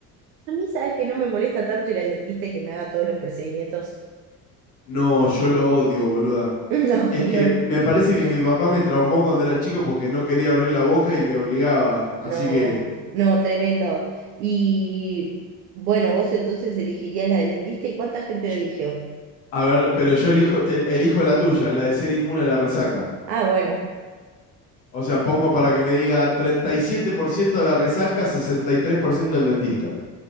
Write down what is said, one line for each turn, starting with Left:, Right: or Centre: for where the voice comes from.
Right: A mí sabes que no me molesta tanto ir al dentista y que me haga todos los procedimientos. <laughs>
Left: No, yo lo odio, boluda.
Right: No,
Left: Es que
Right: no,
Left: me parece que mi papá me traumó cuando era chico porque no quería abrir la boca y me obligaba. Así
Right: no,
Left: que,
Right: no, tremendo. Y bueno, vos entonces elegirías la del dentista y ¿cuánta gente
Left: yo-
Right: la eligió?
Left: a ver, pero yo elijo, te- elijo la tuya, la de ser inmune a la resaca.
Right: Ah, bueno,
Left: O sea, pongo para que me diga 37% de la resaca, 63% del dentista.